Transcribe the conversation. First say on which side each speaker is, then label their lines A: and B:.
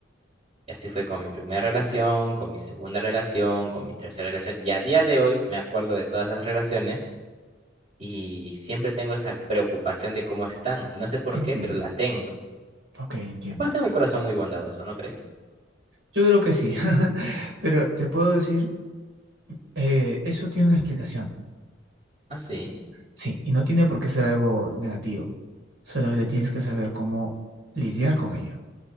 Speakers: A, on the right; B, on the right.
A: Y así fue con mi primera relación, con mi segunda relación, con mi tercera relación. Y a día de hoy me acuerdo de todas esas relaciones y siempre tengo esa preocupación de cómo están. Y no sé por
B: Entiendo.
A: qué, pero la tengo.
B: Ok, entiendo.
A: Capaz tengo el corazón muy bondadoso, ¿no crees?
B: Yo creo que sí. <laughs> Pero te puedo decir, eh, eso tiene una explicación.
A: Así.
B: Sí, y no tiene por qué ser algo negativo. Solamente tienes que saber cómo lidiar con ello.